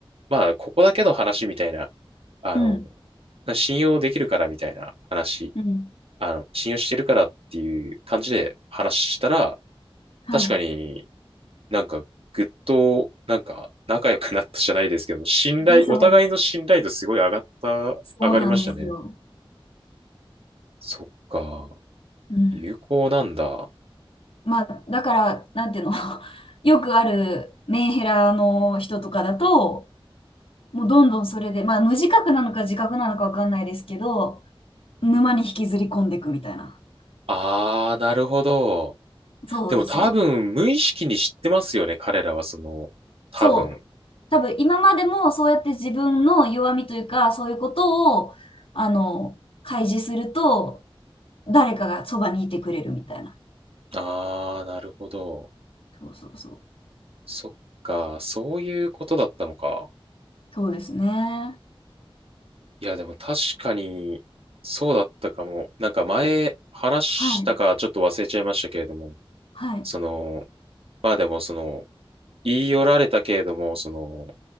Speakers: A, on the right; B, on the left.
A: まあ、ここだけの話みたいな、あの、
B: うん
A: 信用できるからみたいな話、
B: うん。
A: あの、信用してるからっていう感じで話したら、
B: はい。
A: 確かになんかぐっと、なんか仲良くなったじゃないですけど、信頼、
B: でしょう。
A: お互いの信頼度すごい上がった、
B: そうなんですよ。
A: 上がりましたね。そっか。
B: うん。
A: 有効なんだ。
B: まあ、だから、なんていうの <laughs>、よくあるメンヘラの人とかだと、もうどんどんそれで、まあ、無自覚なのか自覚なのかわかんないですけど、沼に引きずり込んでいくみたいな。
A: あー、なるほど。
B: そうですよ。
A: でも多分無意識に知ってますよね。彼らはその、多分。
B: そう、多分今までもそうやって自分の弱みというか、そういうことを、あの、開示すると、誰かがそばにいてくれるみたいな。
A: あー、なるほど。
B: そうそうそう。
A: そっか。そういうことだったのか。
B: そうですね。
A: いや、でも確かに、そうだったかも。なんか前話したかちょっと忘れちゃいましたけれども、
B: はい、はい。
A: その、まあでもその、言い寄られたけれども、その、